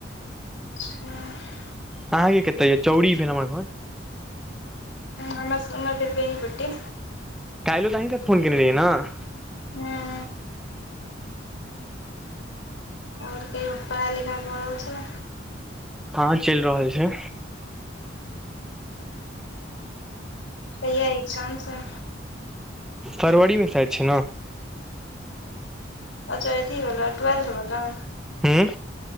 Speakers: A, on the left; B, in the centre.
A: <inaudible>
B: अहाँके कतऽ यऽ? चौड़ी भेल हमर घर।
A: हमर स हमर भेल बेनीपट्टी।
B: काइलो त अहीं से फोन केने रहियै नऽ?
A: हँ और कहियौ पढ़ाइ लिखाइ भऽ रहल छै?
B: हँ चैल रहल छै।
A: कहिया ए्ग्जाम छै?
B: फरवरी मे शायद छै नऽ।
A: अच्छा अथी बला टूवेल्थ बला।
B: हूंह